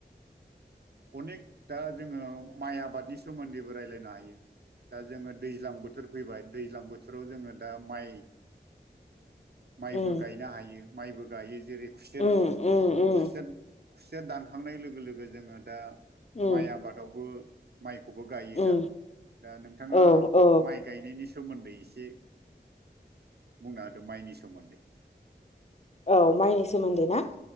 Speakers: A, on the right; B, on the left.
A: अनेक दा जोङो माइ आबादनि सोमोन्दैबो रायलायनो हायो। दा जोङो दैज्लां बोथोर फैबाय दैज्लां बोथोराव जोङो दा माइ माइबो
B: उम
A: गायनो हायो माइबो गायो जेरै खुसेर
B: उम उम उम
A: खुसेर खुसेया दानखांनाय लोगो लोगो जोङो दा
B: उम
A: माइ आबादावबो माइखौ खौबो गायो
B: उम
A: दा दा नोंथाङा
B: औ औ
A: माइ गायनायनि सोमोन्दै एसे बुंनो होदो माइनि सोमोन्दै
B: औ माइनि सोमोन्दै ना